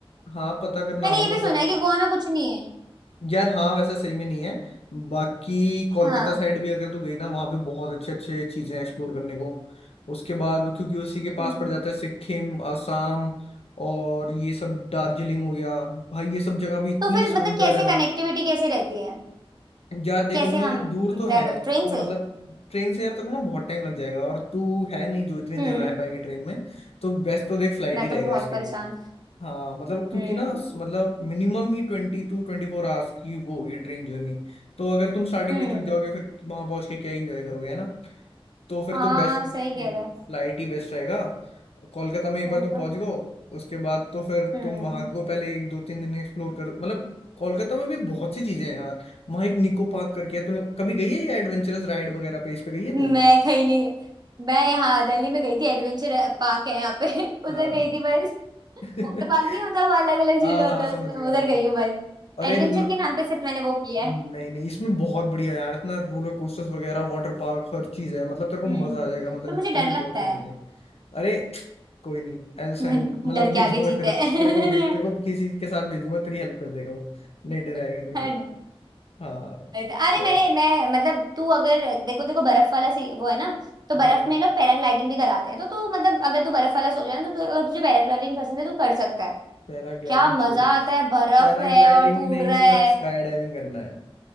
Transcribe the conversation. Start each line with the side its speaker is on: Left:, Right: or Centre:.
Left: हाँ पता करना
Right: मैंने
Left: हो
Right: ये
Left: मतलब
Right: भी सुना है कि गोवा में कुछ नहीं है
Left: यार हाँ वैसे सही में नहीं है बाकी कोलकाता
Right: हाँ
Left: साइड भी अगर तू गई ना वहाँ भी बहुत अच्छे अच्छे चीजें एक्सप्लोर करने को उसके बाद क्योंकि उसी के पास
Right: हम्म।
Left: पड़ जाता है सिक्किम असम और ये सब दार्जिलिंग हो गया भाई ये सब जगह भी इतनी
Right: तो फिर
Left: सुंदर
Right: मतलब कैसे
Left: है ना
Right: कनेक्टिविटी कैसे रहती है
Left: यार देख
Right: कैसे
Left: हम लोग
Right: हम
Left: दूर तो
Right: ट्रेवल
Left: है
Right: ट्रेन
Left: तो मतलब
Right: से
Left: ट्रेन से यार तेरे को ना बहुत टाइम लग जाएगा और तू है नहीं जो इतनी
Right: हम्म
Left: देर रह पाएगी ट्रेन में तो बेस्ट तो देख फ्लाइट
Right: मैं
Left: ही रहेगा
Right: तो बहुत
Left: इसके
Right: परेशान
Left: लिए हाँ मतलब क्योंकि
Right: हम्म
Left: ना स- मतलब मिनिमम ही ट्वेंटी टू ट्वेंटी फोर आवर्स की वो होगी ट्रेन जर्नी तो अगर तुम स्टार्टिंग
Right: हम्म
Left: में ही थक जाओगे फिर वहां पहुंच के क्या ही इंजॉय करोगे है ना तो फिर
Right: हाँ
Left: तो बेस्ट
Right: सही
Left: देखिए
Right: कह रहा है
Left: फ्लाइट ही बेस्ट रहेगा कोलकाता में एक
Right: वही
Left: बार तुम पहुंच
Right: तो
Left: गए उसके बाद तो फिर
Right: हम्म
Left: तुम वहां को पहले एक दो तीन दिन एक्सप्लोर कर मतलब कोलकाता में भी बहुत सी चीजें हैं यार वहाँ एक निको पार्क करके है तूने कभी गई है या एडवेंचरस राइड वगैरह पे इस पे गई है
Right: मैं
Left: तू
Right: गई नहीं मैं यहाँ दिल्ली में गई थी एडवेंचर पार्क है यहाँ पे <laughs> उधर
Left: हाँ
Right: गई थी बस
Left: <laughs>
Right: वाटर पार्क नहीं होता वो अलग अलग झूले
Left: हाँ
Right: होते
Left: हाँ
Right: हैं
Left: समझ
Right: उसमें
Left: गया
Right: उधर
Left: मैं
Right: गई हूँ बस
Left: अरे
Right: एडवेंचर
Left: मतलब
Right: के नाम पे सिर्फ मैंने वो किया
Left: नहीं
Right: है
Left: नहीं इसमें बहुत बढ़िया यार इतना रोलर कोस्टर्स वगैरह वाटर पार्क हर चीज है मतलब तेरे को
Right: हम्म
Left: मजा आ जाएगा मतलब
Right: तो मुझे
Left: लिटरली
Right: डर
Left: बहुत
Right: लगता
Left: ही
Right: है
Left: मिले अरे कोई नहीं एल सेंड
Right: <laughs>
Left: मतलब
Right: डर
Left: भेज
Right: के आगे
Left: दूंगा
Right: जीते
Left: तेरे
Right: हैं
Left: तेरे को भेज तेरे को किसी के साथ भेजूंगा तेरी हेल्प कर देगा वो नहीं डराएगा
Right: <laughs>
Left: तेरे को
Right: अरे
Left: हाँ
Right: मैंने
Left: या,
Right: मैं मतलब तू अगर देखो देखो बर्फ वाला सी वो है ना तो बर्फ
Left: हम्म
Right: में लोग पैराग्लाइडिंग भी कराते हैं तो तू मतलब अगर तू बर्फ वाला सोच रहा है ना तो तू, अगर तुझे पैराग्लाइडिंग पसंद है तो कर सकता है
Left: पैराग्लाइडिंग
Right: क्या मजा
Left: छोड़
Right: आता है बर्फ
Left: पैराग्लाइडिंग
Right: है और तू
Left: नहीं
Right: उड़ रहा है
Left: अब स्काई डाइविंग करना है